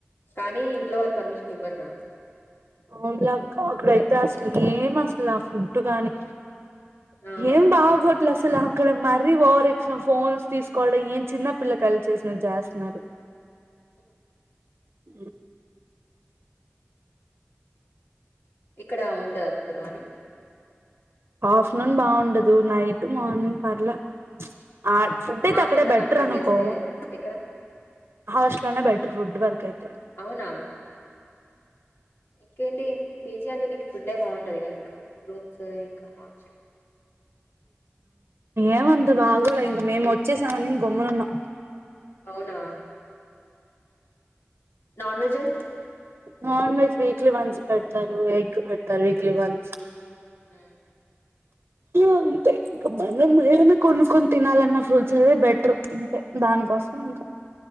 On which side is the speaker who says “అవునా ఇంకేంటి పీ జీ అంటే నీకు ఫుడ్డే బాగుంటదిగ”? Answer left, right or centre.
Left